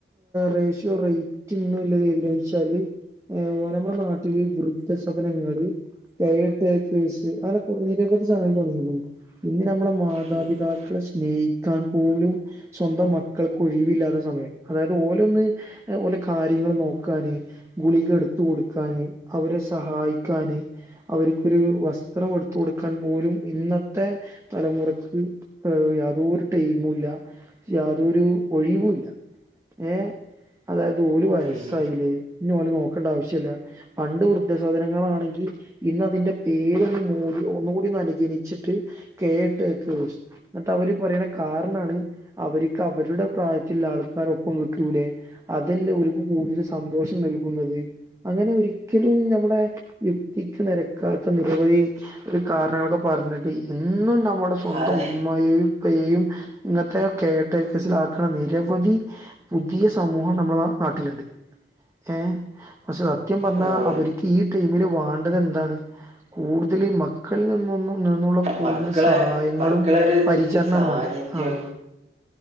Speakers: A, on the right (about 15°); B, on the right (about 35°).
A: റേഷ്യോ റേറ്റ് ഒന്നും ല്ലഏച്ചാല് ഏ ഓ നമ്മളെ നാട്ടിലീ വൃദ്ധസദനങ്ങള് കൈട്ട കേഴസ് ആ നിരെ കുറച്ച്ണങ്ങ തുടങ്ങിരുന്നു <unintelligible> <inaudible> ഇന്ന് നമ്മള മാതാപിതാക്കളെ
B: ഉം
A: സ്നേഹിക്കാൻ പോലും സ്വന്തം മക്കൾക്ക് ഒഴിവില്ലാത്ത സമയം അതായത് ഓലൊന്ന് എ ഓലെ കാര്യങ്ങള് നോക്കാന് ഗുളികട്ത്ത് കൊടുക്കാന്, അവരെ സഹായിക്കാന് അവർക്കൊരു വസ്ത്രം എടുത്തു കൊടുക്കാൻ പോലും ഇന്നത്തെ മത്തെ തലമുറക്ക് യാതൊ ഒരു ടൈമു ഇല്ല യാതൊരു ഒഴിവുല്ല. ഏ അതായത് ഓല് വയസായീലേ
B: ഉം
A: ഇന്നോല് നോക്കണ്ട ആവശ്യല്ല പണ്ട് വൃദ്ധസധനങ്ങളാണെങ്കിൽ ഇന്ന് അതിന്റെ പേരൊന്ന് മോടി ഒന്നുകൂടി ഒന്നനുകരിച്ചിട്ട് ല് കേട്ട കുഷ് എന്നട്ട് അവര് പറയണ കാരണാണ് അവർക്ക് അവരുടെ പ്രായത്തിൽ ആൾക്കാർ ഒപ്പം കിട്ടൂലേ അതല്ലേ ഒരുക്ക് കൂടുതൽ സന്തോഷം നൽകുന്നത് അങ്ങനെ ഒരിക്കലും നമ്മുടെ യുക്തിക്ക് നിരക്കാത്ത നിരവധി ഒരു കാരണങ്ങളൊക്കെ പറഞ്ഞിട്ട് ന്നും നമ്മുടെ സ്വന്തം
B: അതെ
A: ഉമ്മയും <unintelligible> ഇങ്ങനത്തെ കേടൈക്കസില ആക്ക്ണ നിരവധി പുതിയ സമൂഹം നമ്മളെ നാട്ടിലുണ്ട് ക്ഷേ പക്ഷെ സത്യം പറഞ്ഞാ
B: ഉം.
A: അവര്ക്ക് ഈ ടൈമില് വാണ്ടതെന്താണ് കൂടുതല് മക്കൾ നിന്നൊന്നും നിന്നുള്ള കൂടുതല്
B: മക്കളെ
A: സഹായങ്ങളും
B: മക്കളെ ഒരു
A: പരിചരണാണ്
B: സാന്നിധ്യം
A: വേണ്ടത് ആഹ്